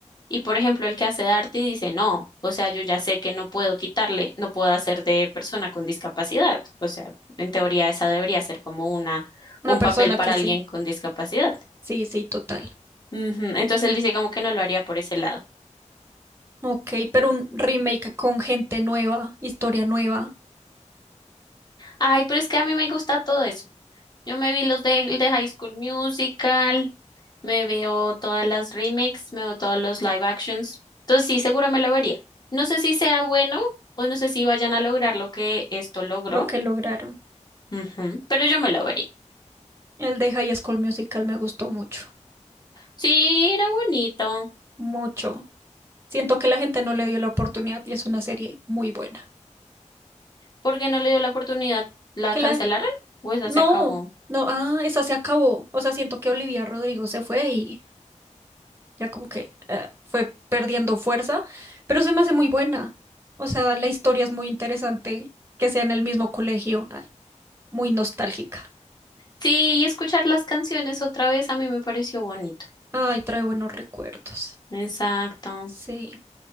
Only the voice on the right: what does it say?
Una
persona
que sí.
Sí, sí, total.
Ok, pero un remake con gente nueva, historia nueva,
lo que lograron.
El de High School Musical me gustó mucho,
mucho. Siento que la gente no le dio la oportunidad y es una serie muy buena.
Que
la...
No,
no, ah, esa se acabó. O sea, siento que Olivia Rodrigo se fue y ya como que eh, fue perdiendo fuerza, pero se me hace muy buena. O sea, la historia es muy interesante, que sea en el mismo colegio, ay, muy nostálgica.
Ay, trae buenos recuerdos.
Sí,